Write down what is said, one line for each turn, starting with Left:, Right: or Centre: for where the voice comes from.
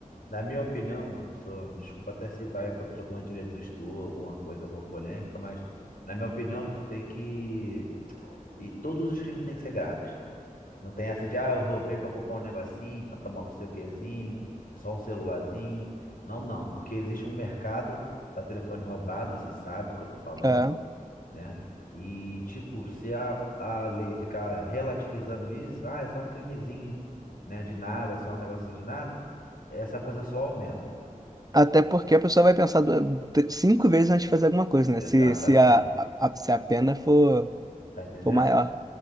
Left: Na minha opinião, mano, sou, desculpa até se vai contra alguma diretriz tua, alguma coisa, alguma polêmica, mas na minha opinião, tu tem que. E todos os crimes têm que ser graves. Não tem essa de, ah, eu roubei pra comprar um negocinho, pra tomar não sei o quezinho, é só um celularzinho. Não, não, porque existe um mercado pra telefone roubado, você sabe do que eu tô falando,
Right: É, é.
Left: né? E, tipo, se a, a lei ficar relativizando isso, ah, é só um crimezinho, né, de nada, é só um negocinho de nada, essa coisa só aumenta.
Right: Até porque a pessoa vai pensar du- cinco vezes antes de fazer alguma coisa, né?
Left: Exatamente.
Right: Se, se a, a, a- se a pena for,
Left: Tá entendendo?
Right: for maior,